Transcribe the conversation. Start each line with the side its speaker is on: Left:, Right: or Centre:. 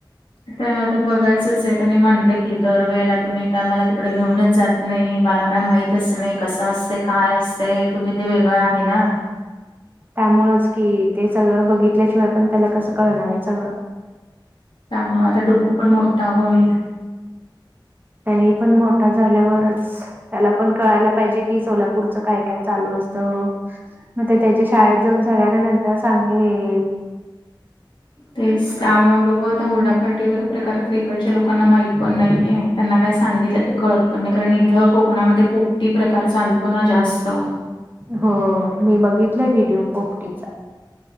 Left: त्यांना तर बघायचंच आहे त्यांनी म्हणते की दरवेळेला तुम्ही काय मला तिकडे घेऊनच जात नाही. नाही मला काय माहितच नाही कसं असते काय असते तुम्ही ते वेगळं आहे ना
Right: त्यामुळंच कि ते सगळं बघितल्याशिवाय पण त्याला कसं कळणार आहे सगळं?
Left: त्यामुळं माझा डुग्गु पण मोठा होईल.
Right: त्यांनी पण मोठा झाल्यावरच त्याला पण कळायला पाहिजे. की सोलापूरचं काय काय चालू असतं. मग ते त्याच्या शाळेत जाऊन सगळ्यांना नंतर सांगेल.
Left: तेच त्यामुळं बघू आता हुरडा पार्टी वगैरे प्रकार तर इकडच्या लोकांना माहित पण नाहीय. त्यांना काय सांगितलं तर कळतं पण नाही कारण इथं कोकणामध्ये पोपटी प्रकार चालतो ना जास्तं
Right: हो मी बघितलाय व्हिडिओ पोपटीचा